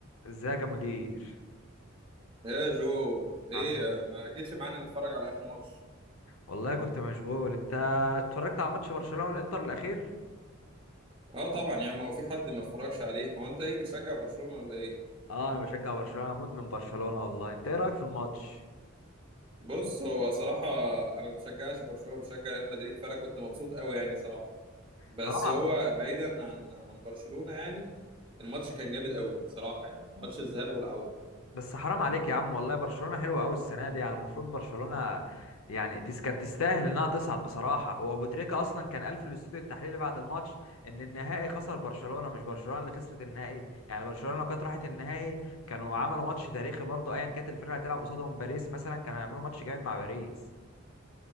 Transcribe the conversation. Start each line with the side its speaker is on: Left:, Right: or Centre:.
Left: ازيك يا مدير
Right: يا جو ايه
Left: عامل
Right: ما جيتش معانا نتفرج على اخر ماتش
Left: والله كنت مشغول انت اتفرجت على ماتش برشلونة والانتر الاخير
Right: اه طبعا يا عم هو في حد ما اتفرجش عليه هو انت ايه بتشجع برشلونة ولا ايه
Left: اه انا بشجع برشلونة أنا مدمن برشلونة والله انت ايه رايك في الماتش
Right: بص هو صراحة انا ما بشجعش برشلونة بشجع ريال مدريد فانا كنت مبسوط قوي يعني صراحة بس
Left: حرام
Right: هو
Left: ع-
Right: بعيدا عن عن برشلونة يعني الماتش كان جامد قوي صراحة يعني ماتش الذهاب والعودة
Left: بس حرام عليك يا عم والله برشلونة حلوة قوي السنة دي يعني المفروض برشلونة يعني تس- كانت تستاهل انها تصعد بصراحة هو ابو تريكة اصلا كان قال في الاستوديو التحليلي بعد الماتش ان النهائي خسر برشلونة مش برشلونة اللي خسرت النهائي يعني برشلونة لو كانت راحت النهائي كانوا عملوا ماتش تاريخي برضو ايا كانت الفرقة هتلعب قصادهم باريس مثلا كانوا هيعملوا ماتش جامد مع باريس